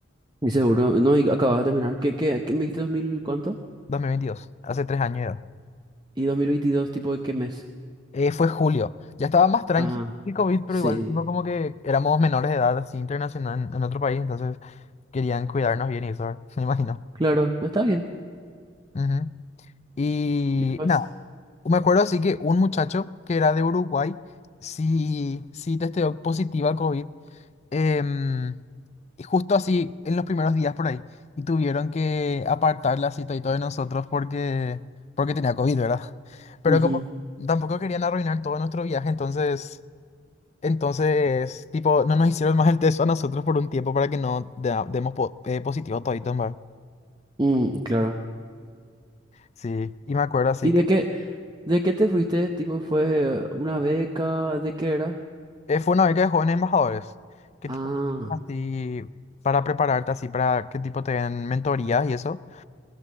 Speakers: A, on the right; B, on the left.
A: Y seguro, no, y acabas de terminar. ¿Qué, qué, qué me dijiste 2000 cuánto?
B: 2022, hace tres años ya.
A: ¿Y 2022, tipo, en qué mes?
B: Eh, fue julio. Ya estaba más tranquilo
A: Ah,
B: el COVID, pero
A: sí.
B: igual no como que éramos menores de edad así internacional en, en otro país, entonces querían cuidarnos bien y eso, ¿verdad? <laughs> me imagino.
A: Claro, está bien.
B: Ujú. Y,
A: Ya pues.
B: y nada, me acuerdo así que un muchacho que era de Uruguay sí, sí testeó positiva a COVID, em, y justo así en los primeros días por ahí, y tuvieron que apartar la cita y todo de nosotros porque, porque tenía COVID, ¿verdad? Pero
A: Ujú.
B: como que tampoco querían arruinar todo nuestro viaje, entonces... Entonces, tipo, no nos hicieron más el test a nosotros por un tiempo para que no da- demos po- eh, positivo toditos, ¿verdad?
A: Mm, claro.
B: Sí, y me acuerdo así
A: ¿Y
B: que
A: de qué, de qué te fuiste? Tipo, ¿fue una beca? ¿De qué era?
B: eh, fue una beca de jóvenes embajadores. ¿Qué
A: Ah,
B: tipo así para prepararte así para qué tipo te den mentoría y eso?